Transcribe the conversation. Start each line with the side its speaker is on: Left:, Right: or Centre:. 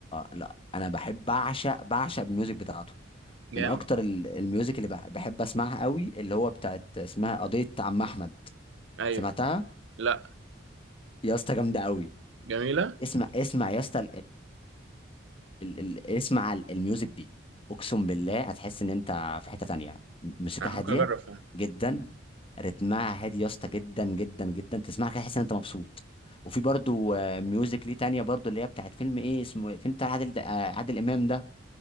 Left: لا انا بحب بعشق بعشق الميوزك بتاعته
Right: جامد
Left: من اكتر ال- الميوزك اللي بح- بحب اسمعها قوي اللي هو بتاعت اسمها قضية عم احمد
Right: ايوه
Left: سمعتها
Right: لا
Left: يا اسطى جامدة قوي
Right: جميله
Left: اسمع اسمع يا اسطى ال ال اسمع ال- الميوزك دي اقسم بالله هتحس ان انت في حتة تانية م- موسيقى
Right: آه، ممكن
Left: هادية
Right: اجرب فيها
Left: جدا رتمها هادي يا اسطى جدا جدا جدا تسمعها كده تحس ان انت مبسوط وفي برضو آه، ميوزك ليه تانية برضو اللي هي بتاعت فيلم ايه اسمه إيه؟ فيلم بتاع عادل آه، عادل امام ده